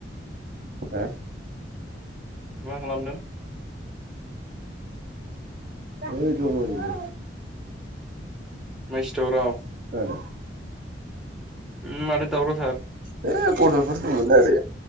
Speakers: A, on the right; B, in the centre.
A: हा
B: मा खालामदों?
A: ओय दं ओरैनो
B: मायसि दावराव
A: खोनादो।
B: उम माथो दावराव थार।
A: ओ गथ'फोर दंमोन आरो